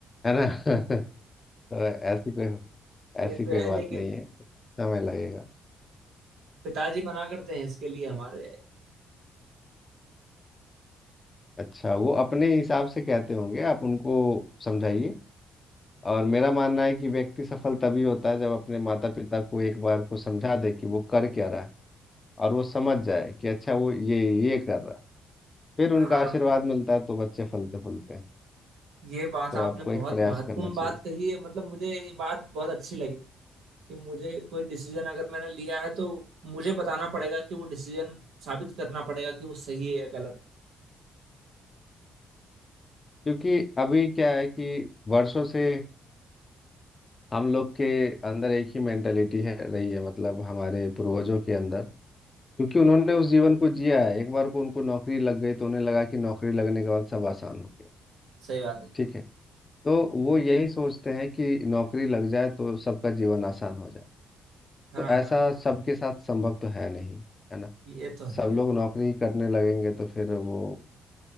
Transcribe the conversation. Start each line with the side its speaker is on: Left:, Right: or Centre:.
Left: है ना <laughs> तो ऐसी कोई
Right: ये
Left: ऐसी
Right: तो
Left: कोई
Right: है
Left: बात
Right: लेकिन
Left: नहीं है समय लगेगा
Right: पिताजी मना करते हैं इसके लिए हमारे
Left: अच्छा वो अपने हिसाब से कहते होंगे आप उनको समझाइए और मेरा मानना है कि व्यक्ति सफल तभी होता है जब अपने माता पिता को एक बार को समझा दे कि वो कर क्या रहा है और वो समझ जाए कि अच्छा वो ये ये कर रहा है फिर उनका
Right: हाँ
Left: आशीर्वाद मिलता है तो बच्चे फलते फूलते हैं
Right: ये बात
Left: तो
Right: आपने
Left: आपको एक
Right: बहुत
Left: प्रयास
Right: महत्वपूर्ण
Left: करना चाहिए
Right: बात कही है मतलब मुझे ये बात बहुत अच्छी लगी कि मुझे कोई डिसीजन अगर मैंने लिया है तो मुझे बताना पड़ेगा कि वो डिसीजन साबित करना पड़ेगा कि वो सही है या गलत
Left: क्योंकि अभी क्या है कि वर्षों से हम लोग के अंदर एक ही मेंटेलिटी है रही है मतलब हमारे पूर्वजों के अंदर क्योंकि उन्होंने उस जीवन को जिया है एक बार को उनको नौकरी लग गई तो उन्हें लगा कि नौकरी लगने के बाद सब आसान हो गया
Right: सही बात है
Left: ठीक है तो वो यही सोचते हैं कि नौकरी लग जाए तो सबका जीवन आसान हो जाए
Right: हाँ
Left: तो ऐसा
Right: हाँ
Left: सबके साथ संभव तो है नहीं है ना
Right: ये तो है
Left: सब
Right: ये
Left: लोग नौकरी ही करने लगेंगे तो फिर वो